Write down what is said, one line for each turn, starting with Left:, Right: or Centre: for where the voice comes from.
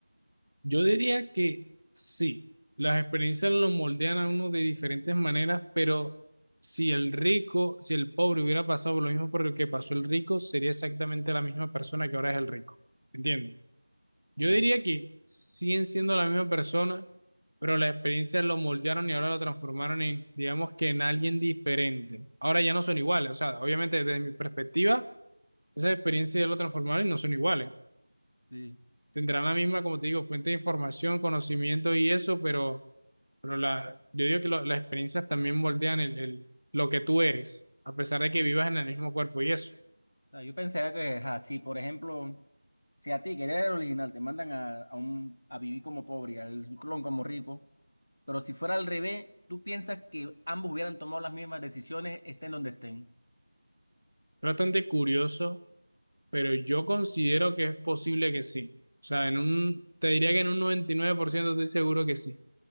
Right: Yo diría que sí, las experiencias lo moldean a uno de diferentes maneras, pero si el rico, si el pobre hubiera pasado por lo mismo por lo que pasó el rico, sería exactamente la misma persona que ahora es el rico. ¿Entiendes? Yo
Left: Ok,
Right: diría que siguen siendo la misma persona, pero las experiencias lo moldearon y ahora lo transformaron en, digamos que en alguien diferente. Ahora ya no son iguales, o sea, obviamente desde mi perspectiva, esas experiencias ya lo transformaron y no son iguales
Left: sí.
Right: tendrán la misma, como te digo, fuente de información, conocimiento y eso, pero, pero la, yo digo que lo- las experiencias también moldean el, el- lo que tú eres, a pesar de que
Left: O
Right: vivas en el mismo cuerpo y eso.
Left: sea, Yo pensaría que, ajá, si por ejemplo, si a ti, que eres el original, te mandan a, a un, a vivir como pobre y al clon como rico, pero si fuera al revés, tú piensas que ambos hubieran tomado las mismas decisiones, estén donde estén.
Right: Es bastante curioso, pero yo considero que es posible que sí. O sea, en un, te diría que en un 99% estoy seguro que sí,